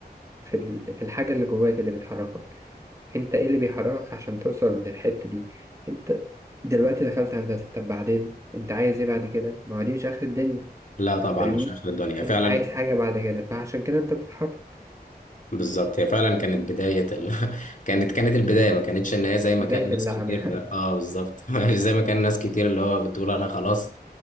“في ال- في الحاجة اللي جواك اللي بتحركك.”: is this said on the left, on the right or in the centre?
Right